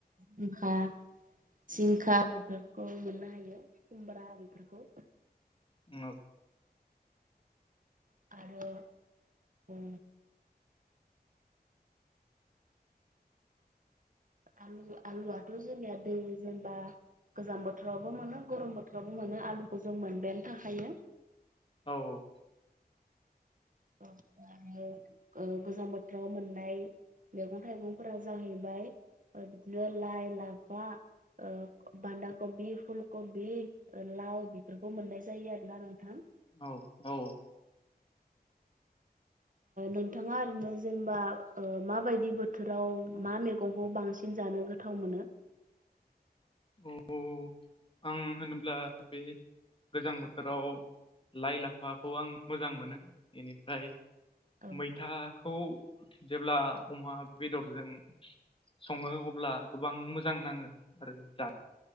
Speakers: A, on the right; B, on the left.
A: जिखा जिंखा बेफोरखौ मोननो हायो खुमब्रा बिदिखौ
B: <unintelligible>
A: आरो ओ आलु आलुआथ' जोंनिया दै जेनेबा गोजां बोथोरावबो मोनो गरम बोथोरावबो मोनो आलुखौ जों मोनबायानो थाखायो।
B: औ औ <inaudible>
A: औ आरो गोजां बोथोराव मोननाय मैगं थाइगंफोरा जाहैबाय लाइ लाफा ओ बान्दा कबि फुल कबि लाव बेफोरखौ मोननाय जायो आरोना नोंथां।
B: औ औ
A: नोंथाङा ओरैनो जेनेबा माबायदि बोथोराव मा मैगंखौ बांसिन जों जानो गोथाव मोनो।
B: औ आं होनोब्ला बे गोजां बोथोराव लाइ लाफाखौ आं मोजां मोनो बेनिफ्राय
A: औ
B: मैथाखौ जेब्ला अमा बेदरजों सङो अब्ला गोबां मोजां नाङो आरो जानो।